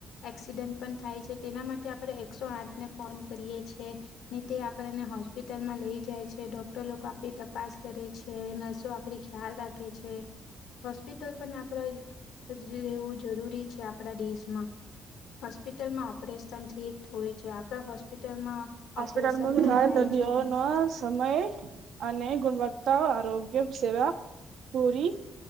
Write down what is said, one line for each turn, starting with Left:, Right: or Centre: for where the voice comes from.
Left: એક્સિડન્ટ પણ થાય છે તેના માટે આપડણે એકસો આઠ ને ફોન કરીએ છેએ ને તે આપણને હોસ્પિટલમાં લઈ જાય છે ડોક્ટર લોકો આપડી તપાસ કરે છે નર્સો આપડી ખ્યાલ રાખે છે હોસ્પિટલ પણ આપણા રહેવું જરૂરી છે આપણા દેશમાં હોસ્પિટલમાં ઓપરેશન ઠીક હોય છે આપણા હોસ્પિટલમાં
Right: હસ્પિટલમાં
Left: ઓપરેશન પણ થાય
Right: <unintelligible>
Left: છે
Right: હો નર્સ સમય અને ગુણવત્તા આરોગ્ય સેવા પૂરી,